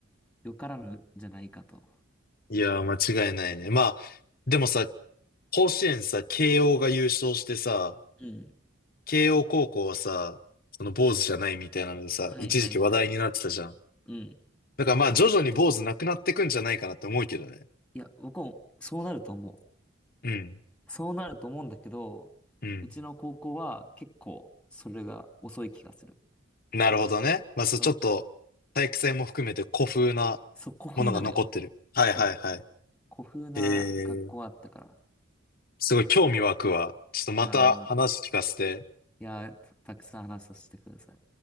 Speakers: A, in the centre; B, on the left.
A: よからぬじゃないかと。
B: いやー、間違いないね。まあ、でもさ、甲子園さ、慶応が優勝してさ、
A: うん。
B: 慶応高校はさ、その坊主じゃないみたいなのでさ、
A: はいはいはい。
B: 一時期話題になってたじゃん。
A: うん。
B: だからまあ、徐々に坊主なくなってくんじゃないかなって思うけどね。
A: いや、僕もそうなると思う。
B: うん。
A: そうなると思うんだけど、
B: うん。
A: うちの高校は結構それが遅い気がする。
B: なるほどね。まあ、そう、
A: そう。
B: ちょっと、体育祭も含めて古風な
A: そう、古風なのよ。
B: ものが残ってる。はいはいはい。
A: そう。古風な学校あったから。
B: えー、すごい興味湧くわ。ちょっとまた話聞かせて。
A: いやー、いやー、たたくさん話させてください。